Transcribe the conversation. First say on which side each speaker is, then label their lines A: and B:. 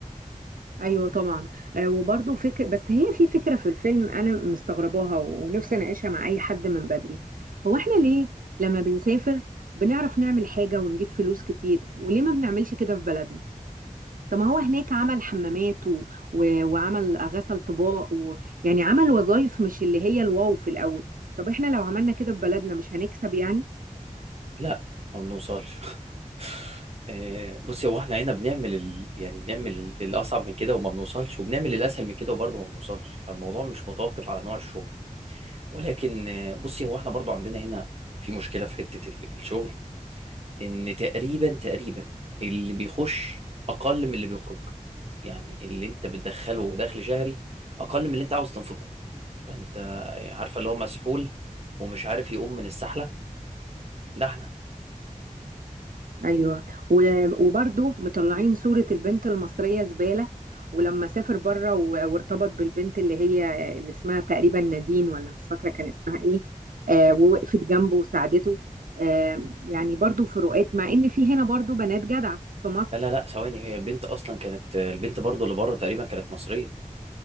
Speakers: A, on the right (about 80°); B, on the right (about 50°).
A: أيوة طبعا آه، وبرضه فكرة بس هي في فكرة في الفيلم أنا مستغرباها ونفسي أناقشها مع أي حد من بدري هو إحنا ليه لما بنسافر بنعرف نعمل حاجة ونجيب فلوس كتير وليه ما بنعملش كده في بلدنا؟ طب ما هو هناك عمل حمامات و... و... وعمل غسل طباق و... يعني عمل وظائف مش اللي هي الواو في الأول طب احنا لو عملنا كده في بلدنا مش هنكسب يعني
B: لا ما بنوصلش <laughs> آه، بصي هو احنا هنا بنعمل ال... يعني بنعمل ال- الاصعب من كده وما بنوصلش وبنعمل الاسهل من كده وبرضه ما بنوصلش فالموضوع مش متوقف على نوع الشغل ولكن آه، بصي هو احنا برضه عندنا هنا في مشكله في حته ال- الشغل ان تقريبا تقريبا اللي بيخش اقل من اللي بيخرج يعني اللي انت بتدخله دخل شهري اقل من اللي انت عاوز تنفقه فانت عارفه اللي هو مسحول ومش عارف يقوم من السحله ده احنا
A: ايوه و... وبرضو مطلعين صورة البنت المصرية زبالة ولما سافر بره و... وارتبط بالبنت اللي هي اللي اسمها تقريبا نادين ولا مش فاكرة كان اسمها ايه آه ووقفت جنبه وساعدته آه يعني برضو فروقات مع ان في هنا برضو بنات جدعة في مصر
B: لا لا لا ثواني هي البنت اصلا كانت البنت برضو اللي بره تقريبا كانت مصريه